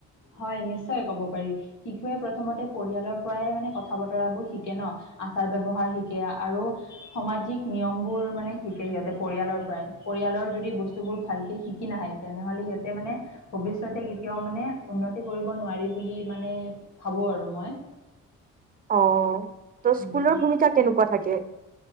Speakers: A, on the left (about 75°); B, on the right (about 30°).
A: হয়, নিশ্চয় কব পাৰি। শিশুৱে প্ৰথমতে পৰিয়ালৰ পৰাই মানে কথা-বতৰাবোৰ শিকে নহ। আচাৰ-ব্যৱহাৰ শিকে আৰু সমাজিক নিয়মবোৰ মানে শিকে সিহঁতে পৰিয়ালৰ পৰাই, পৰিয়ালৰ যদি বস্তুবোৰ ভালকৈ শিকি নাহে তেনেহলে সিহঁতে মানে, ভৱিষ্যতে কেতিয়াও মানে উন্নতি কৰিব নোৱাৰি বুলি মানে ভাবোঁ আৰু মই।
B: অ', ত'
A: উম,
B: স্কুলৰ ভূমিকা কেনেকুৱা থাকে?